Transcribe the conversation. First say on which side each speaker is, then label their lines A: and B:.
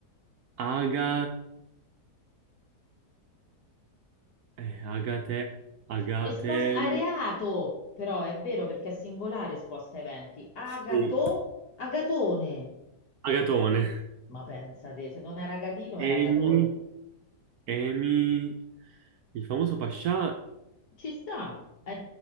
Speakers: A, on the right (about 70°); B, on the left (about 65°).
A: aga, eh, agate, agate.
B: Esposta areato,
A: mm.
B: però è vero perché è singolare esposta a eventi. Agato,
A: Sì,
B: agatone.
A: Agatone,
B: Ma pensate, se non era gatino
A: Emi,
B: era agatone.
A: Emi, il famoso Pascià,
B: Ci sta. Eh,